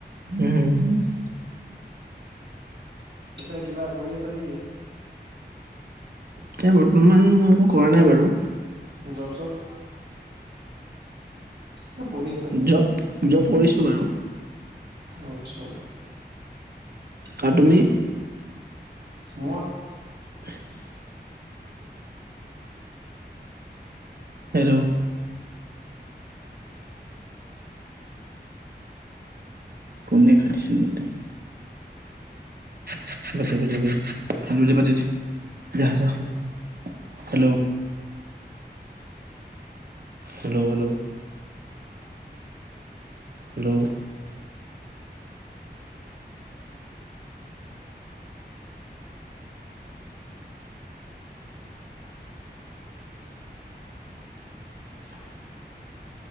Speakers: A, on the right; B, on the right.
A: উম।
B: পছে কিবা কৰি আছো নে কি?
A: এতিয়া বৰ্তমান মই একো কৰা নাই বাৰু।
B: Job soap? নে পঢ়ি আছা?
A: জব জব কৰিছো বাৰু
B: আত্ছা, ঠিকেই
A: আৰু তুমি
B: আছে। মই
A: <inaudible> হেল্ল'? কোনে কৰিছে নো তাইক? <unintelligible> যা যা hello? Hello, hello? Hello?
B: <unintelligible> hello,